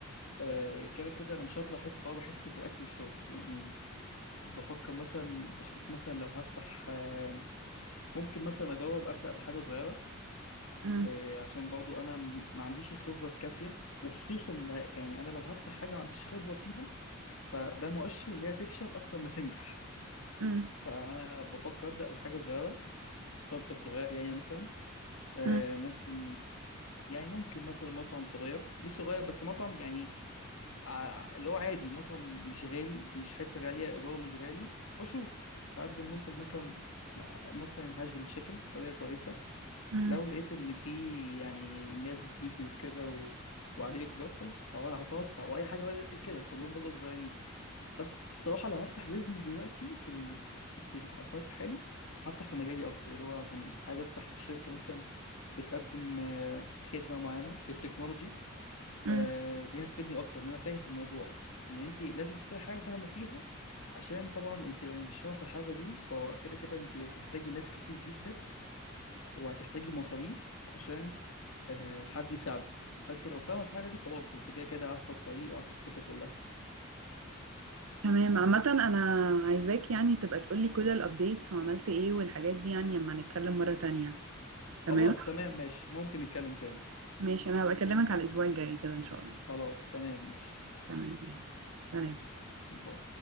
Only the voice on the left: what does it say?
آه، كده كده أنا مش هطلع حتة بره حتة الأكل والشرب يعني بفكر مثلا أشوف مثلا لو هفتح آه، ممكن مثلا أجرب أبدأ بحاجة صغيرة
آه، عشان برضو أنا م- ما عنديش الخبرة الكافية وخصوصا اللي ه- يعني أنا لو هفتح حاجة ما عنديش خبرة فيها فده مؤشر اللي هي تفشل أكتر ما تنجح
فأنا بفكر أبدأ بحاجة صغيرة ستارت اب صغير يعني مثلا آه،
ممكن يعني ممكن مثلا مطعم صغير مش صغير بس مطعم يعني ع- اللي هو عادي مطعم مش غالي مش حتة غالية إيجاره مش غالي وأشوف هقدم منتج مثلا مثلا هاشفيل تشيكن بطريقة كويسة
لو لقيت إن في يعني ناس بتيجي وكده و... وعليه إقبال خلاص هو هتوسع وأي حاجة بدأت كده كلهم بدأوا صغيرين بس الصراحة لو هفتح بيزنس دلوقتي في ال... في الح- في الوقت الحالي هفتح في مجالي أكتر اللي هو عشان عايز أفتح في شركة مثلا بتقدم آه، خدمة معينة في التكنولوجي
آه، دي هتفيدني اكتر ان انا فاهم في الموضوع ان انت لازم تفتحي حاجه فاهمه فيها عشان طبعا انت لو مش فاهمه في الحاجه دي فكده كده انت هتحتاجي ناس كتير جدا وهتحتاجي مصاريف عشان آه، حد يساعدك فانت لو فاهمه في الحاجه دي خلاص انت كده كده عارفه الطريق وعارفه السكه كلها
خلاص تمام ماشي ممكن نتكلم تاني
خلاص تمام ماشي
باي